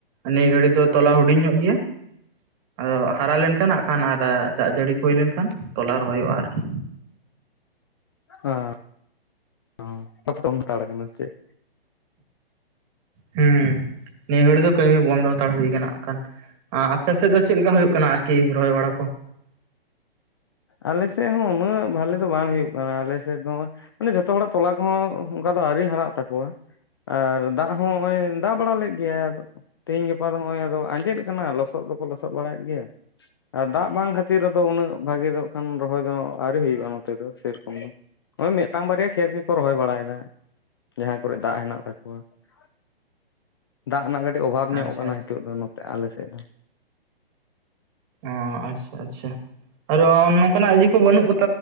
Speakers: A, on the right; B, on the left.
A: ᱱᱤᱭᱟᱹ ᱜᱷᱟᱹᱲᱤ ᱫᱚ ᱛᱚᱞᱟ ᱦᱩᱰᱤᱧ ᱧᱚᱜ ᱜᱮᱭᱟ ᱟᱫᱚ ᱦᱟᱨᱟ ᱞᱮᱱ ᱠᱷᱟᱱ ᱦᱟᱸᱜ ᱠᱷᱟᱱ ᱫᱟᱜ ᱡᱟᱹᱲᱤᱼᱼ ᱦᱩᱭ ᱞᱮᱱ ᱠᱷᱟᱱ ᱛᱚᱞᱟ ᱨᱚᱦᱚᱭᱚᱜᱼᱟ ᱟᱨᱠᱤᱼᱼ
B: ᱦᱟᱸ <unintelligible> ᱦᱟᱛᱟᱲ ᱠᱟᱱᱟ ᱥᱮ ᱪᱮᱫ
A: ᱦᱮᱸ ᱱᱤᱭᱟᱹ ᱜᱷᱟᱹᱲᱤᱡ ᱫᱚ ᱠᱟᱹᱢᱤ ᱵᱚᱱᱫᱚ ᱦᱟᱛᱟᱲ ᱦᱩᱭ ᱠᱟᱱᱟ ᱟᱠᱷᱟᱱ <unintelligible> ᱟᱯᱮ ᱥᱮᱫ ᱫᱚ ᱪᱮᱫ ᱞᱮᱠᱟ ᱦᱩᱭᱩᱜ ᱠᱟᱱᱟ ᱟᱨᱠᱤ ᱨᱚᱦᱚᱭ ᱵᱟᱲᱟ ᱠᱚᱼᱼ
B: ᱟᱞᱮ ᱥᱮᱫ ᱦᱚᱸ ᱩᱱᱟᱹᱜ ᱵᱷᱟᱞᱮ ᱫᱚ ᱵᱟᱝ ᱦᱩᱭᱩᱜ ᱠᱟᱱᱟ ᱟᱞᱮ ᱥᱮᱫ ᱫᱚ᱾ ᱢᱟᱱᱮ ᱡᱷᱚᱛᱚ ᱦᱚᱲᱟᱜ ᱛᱚᱞᱟ ᱠᱚ ᱦᱚᱸ ᱚᱱᱠᱟ ᱫᱚ ᱟᱹᱣᱨᱤ ᱦᱟᱨᱟᱜ ᱛᱟᱠᱚᱣᱟ ᱾ ᱟᱨ ᱫᱟᱜ ᱦᱚᱸ ᱱᱚᱜᱼᱚᱭ ᱫᱟᱜ ᱵᱟᱲᱟ ᱞᱮᱫ ᱜᱮᱟᱭ ᱟᱫᱚ ᱛᱮᱦᱤᱧ ᱜᱟᱯᱟ ᱫᱚ ᱱᱚᱜᱼᱚᱭ ᱟᱫᱚ ᱟᱸᱡᱮᱫ ᱠᱟᱱᱟ ᱞᱚᱥᱚᱫ ᱫᱚᱠᱚ ᱞᱚᱥᱚᱫ ᱵᱟᱲᱟᱭ ᱮᱫ ᱜᱮᱭᱟ ᱾ ᱟᱨ ᱫᱟᱜ ᱵᱟᱝ ᱠᱷᱟᱹᱛᱤᱨ ᱨᱮᱫᱚ ᱩᱱᱟᱹᱜ ᱵᱷᱟᱜᱤ ᱫᱚ ᱠᱷᱟᱱ ᱨᱚᱦᱚᱭ ᱫᱚ ᱟᱹᱣᱨᱤ ᱦᱩᱭᱩᱜᱼᱟ ᱱᱚᱛᱮ ᱫᱚ ᱥᱮᱨᱚᱠᱚᱢ ᱫᱚ ᱾ ᱚᱭ ᱢᱤᱫᱴᱟᱱ ᱵᱟᱨᱭᱟ ᱠᱷᱮᱛ ᱜᱮᱠᱚ ᱨᱚᱦᱚᱭ ᱵᱟᱲᱟᱭ ᱮᱫᱟ ᱡᱟᱸᱦᱟ ᱠᱚᱨᱮ ᱫᱟᱜ ᱦᱮᱱᱟᱜ ᱛᱟᱠᱚᱣᱟ ᱾ <inaudible> ᱫᱟᱜ ᱨᱮᱱᱟᱜ ᱠᱟᱹᱴᱤᱡ ᱚᱵᱷᱟᱵ ᱧᱚᱜ
A: ᱟᱪᱪᱷᱟ
B: ᱠᱟᱱᱟ ᱦᱤᱛᱚᱜ ᱫᱚ ᱱᱚᱛᱮ ᱟᱞᱮ ᱥᱮᱫ ᱫᱚ ᱾
A: ᱚᱸᱻ ᱟᱪᱪᱷᱟ ᱟᱪᱪᱷᱟ ᱟᱨ <unintelligible> <unintelligible> ᱠᱚ ᱵᱟᱹᱱᱩᱜ